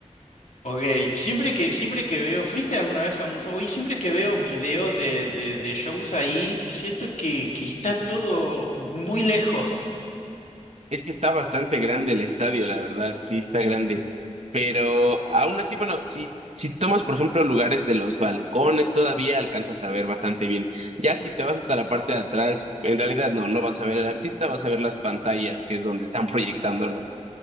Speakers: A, on the left; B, on the right.
A: Ok, siempre que, siempre que veo, ¿fuiste alguna vez a un show? Y siempre que veo videos de, de, de shows ahí, siento que, que está todo muy lejos.
B: Es que está bastante grande el estadio, la verdad, sí está grande, pero aún así, bueno, si, si tomas, por ejemplo, lugares de los balcones, todavía alcanzas a ver bastante bien. Ya si te vas hasta la parte de atrás, en realidad no, no vas a ver al artista, vas a ver las pantallas, que es donde están <laughs> proyectándolo,